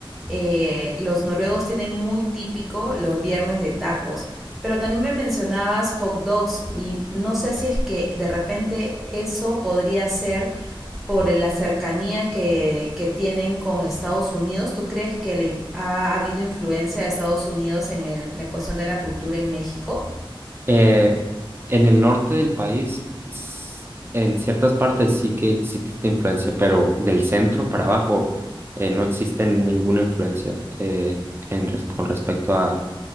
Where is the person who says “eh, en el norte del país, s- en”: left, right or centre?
Right